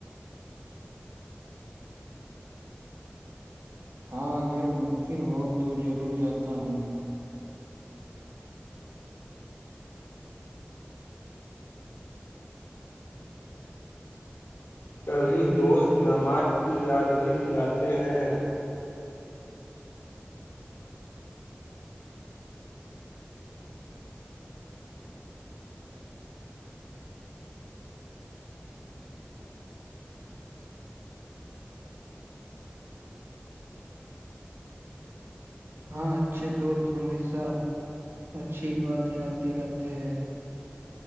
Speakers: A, on the right; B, on the left.
A: ہاں اگر ممکن ہو تو ضرور جاتا ہوں
B: کبھی دوست نماز کی یاد بھی دلاتے ہیں
A: ہاں ہاں اچھے دوست ہمیشہ اچھی بات یاد دلاتے ہیں